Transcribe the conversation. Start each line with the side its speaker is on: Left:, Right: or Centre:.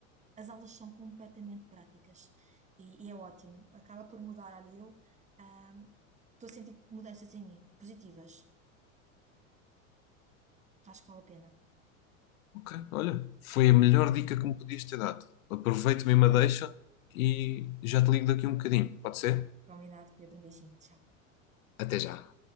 Right: as aulas são completamente práticas. E, e é ótimo. Acaba por mudar. Olha, eu ah, estou a sentir mudanças em mim, positivas. Acho que vale a pena.
Left: Ok, olha, foi a melhor dica que me podias ter dado. Aproveito mesmo a deixa e já te ligo daqui um bocadinho, pode ser?
Right: Combinado, Pedro. Um beijinho. Tchau.
Left: Até já.